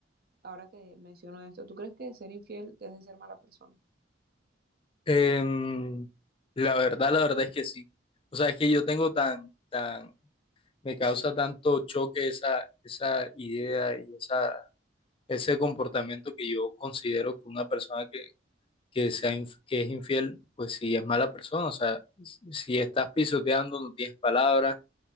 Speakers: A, on the right; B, on the left.
A: ahora que menciono esto, tú crees que ser infiel te hace ser mala persona?
B: Em, la verdad, la verdad es que sí. O sea, es que yo tengo tan, tan, me causa tanto choque esa, esa idea y esa, ese comportamiento que yo considero que una persona que, que sea, inf- que es infiel, pues sí es mala persona. O sea, si estás pisoteando, no tienes palabras,